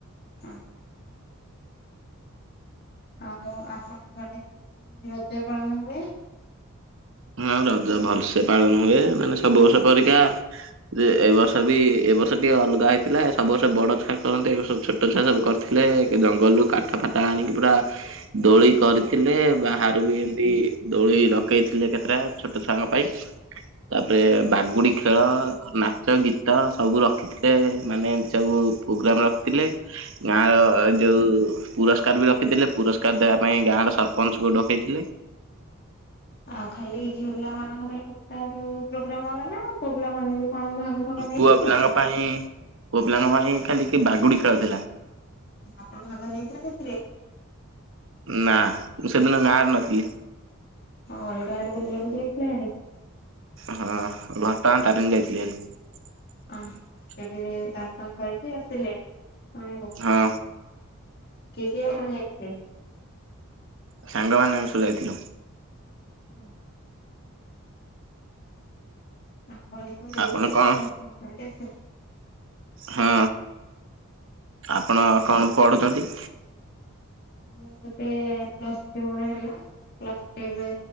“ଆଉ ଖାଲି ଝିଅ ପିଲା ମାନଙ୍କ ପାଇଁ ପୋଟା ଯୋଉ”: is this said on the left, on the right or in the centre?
Left